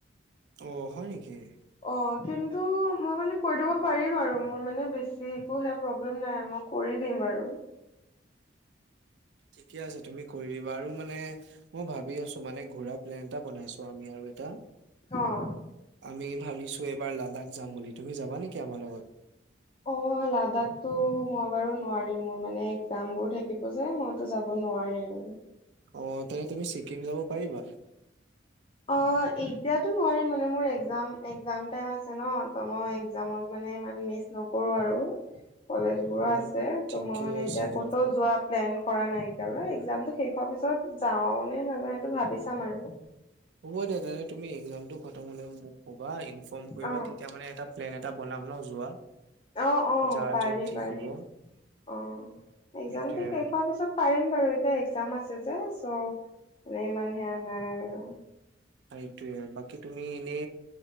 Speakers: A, on the right (about 65°); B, on the left (about 30°).
A: অ, হয় নেকি?
B: অ, কিন্তু মই মানে কৰি দিব পাৰিম আৰু মোৰ মানে বেছি একো হে প্ৰব্লেম নাই মই কৰি দিম বাৰু।
A: ঠিকে আছে তুমি কৰি দিবা আৰু মানে মই ভাবি আছো মানে ঘুৰা প্লেন এটা বনাইছো আমি আৰু এটা
B: অ'।
A: আমি ভাবিছো এইবাৰ লাডাখ যাম বুলি তুমি যাবা নেকি আমাৰ লগত?
B: অ, লাডাখতো মই বাৰু নোৱাৰিম মোৰ মানে একজাম বোৰ থাকিব যে মই তো যাব নোৱাৰিম।
A: অ, তেনে তুমি ছিকিম যাব পাৰিবা?
B: অ, এতিয়াতো নোৱাৰিম মানে মোৰ একজাম- একজাম টাইম আছে ন' ত'মই একজামত মানে ইমান মিচ নকৰো আৰু। কলেজ বোৰো
A: অ
B: আছে
A: ঠিকে
B: ত মই মানে
A: আছে
B: এতিয়া
A: দিয়া।
B: ক'ত যোৱা প্লেন কৰা নাই এতিয়ালৈ একজামটো শেষ হোৱাৰ পিছত যাও নে নাযাওঁ সেইটো ভাবিছ চাম আৰু
A: হ'ব দে তেনেহলে তুমি একজামটো খতম হলে মোক ক'বা ইনফৰ্ম কৰিবা
B: অ
A: তেতিয়া মানে এটা প্লেন এটা বনাম ন যোৱা
B: অ অ
A: যাৰ
B: পাৰি
A: য'ত ঠিক
B: পাৰি
A: হ'ব
B: অ একজামটো
A: এইটোয়ে
B: শেষ হোৱাৰ পিছত পাৰিম বাৰু এতিয়া একজাম আছে যে চ' মান ইমান সেয়া নাই আৰু
A: সেইটোৱে বাকি তুমি এনে